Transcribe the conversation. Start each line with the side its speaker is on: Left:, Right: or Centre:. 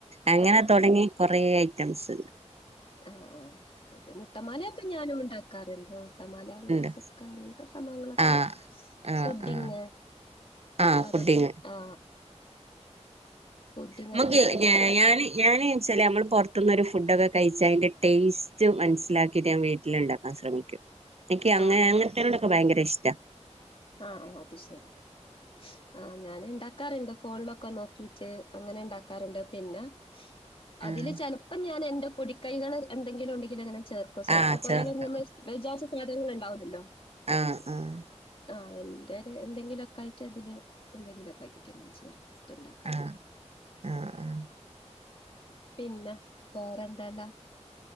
Right: അങ്ങനെ
Left: ആ
Right: തുടങ്ങി
Left: ആ
Right: കൊറേ ഐറ്റംസ്
Left: ആ ആ മുട്ടമാലൊക്കെ ഞാനും ഉണ്ടാക്കാറുണ്ട് മുട്ടമാല മുറ്റസുർക്ക
Right: ഉണ്ട്
Left: അഅങ്ങനെത്തെ സംഭവങ്ങളൊക്കെ
Right: ആഹ് ആഹ്
Left: പുഡ്ഡിംഗ്
Right: ആഹ് ആഹ്
Left: അതൊക്കെ
Right: പുഡിങ്
Left: ആ പുഡിങ്
Right: നമക്ക്
Left: ഒക്കെ ഉണ്ടാക്കാറുണ്ട്
Right: ഞ ഞാന് ഞാന് ച്ചലെ നമ്മൾ പുറത്തുന്നരു ഫുഡൊക്കെ കഴിച്ചാ അതിന്റെ ടേസ്റ്റ് മനസ്സിലാക്കിട്ട് ഞാൻ വീട്ടിൽ ഉണ്ടാക്കാൻ ശ്രമിക്കും എനിക്ക് അങ്ങെ
Left: ആ ആ
Right: അങ്ങത്തയിന്റെടൊക്കെ ഭയങ്കര ഇഷ്ട
Left: ആ അത് ശരി ആ ഞാന ഉണ്ടാക്കാറുണ്ട് ഫോണിലൊക്കെ നോ റ്ക്കിട്ട് അങ്ങനെ ഉണ്ടാക്കാറുണ്ട് പിന്നെ അതില്
Right: ആഹ്
Left: ചിലപ്പോം ഞാൻ എന്റെ പൊടിക്കൈകൾ എന്തെങ്കിലും ഉണ്ടെങ്കിലിൽ അങ്ങനെ ചേർക്കോ ചിലപ്പോ
Right: ആഹ്
Left: പോരെലെനു
Right: ചേർക്ക
Left: നമ്മൾ വിചാരിച്ച സാധനങ്ങൾണ്ടാവില്ലല്ലോ
Right: അഹ് അഹ്
Left: ആ എന്റെ എന്തെങ്കിലുക്കെ ആയിട്ട് അതില് എന്തെങ്കിലുക്കെ ആയിട്ട് ചെ ണ്ടാക്കാറുണ്ട്
Right: ആഹ് ആഹ് ആഹ്
Left: പിന്നെ വേറെന്തടാ